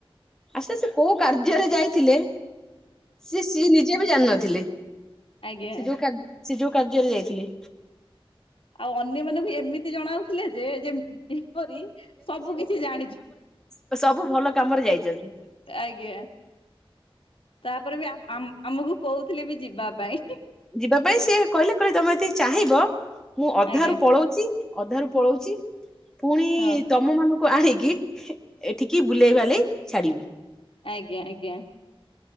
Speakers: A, in the centre; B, on the left.
A: ଆଚ୍ଛା ସେ କୋଉ କାର୍ଯ୍ୟରେ ଯାଇଥିଲେ ସି ସିଏ ନିଜେ ବି ଜାଣିନଥିଲେ।
B: ଆଜ୍ଞା
A: ସେ ଯୋଉ କା ସେ ଯୋଉ କାର୍ଯ୍ୟରେ ଯାଇଥିଲେ।
B: ଆଉ ଅନ୍ୟ ମାନଙ୍କୁ ଏମିତି ଜଣାଉ ଥିଲେ ଯେ ଯେ-ଯେପରି ସବୁ କିଛି ଜାଣିଚି।
A: ତ ସବୁ ଭଲ କାମରେ ଯାଇଚନ୍ତି।
B: ଆଜ୍ଞା ତାପରେ ବି ଆମ-ଆମକୁ କୋଉଥିଲେ ବି ଯିବା ପାଇଁ ହିଁ।
A: ଯିବା ପାଇଁ ସେ କହିଲେ କହିଲେ ତମେ ଯଦି ଚାହିଁବ ମୁଁ ଅଧାରୁୁ
B: ଆଜ୍ଞା
A: ପଳଉଚି। ଅଧାରୁ ପଳଉଚି ଫୁଣି
B: ହଁ
A: ତମମାନ କୁ ଆଣିକି ହିଁ ଏଠିକି ବୁଲେଇ ବାଲେଇ ଛାଡିବି।
B: ଆଜ୍ଞା ଆଜ୍ଞା।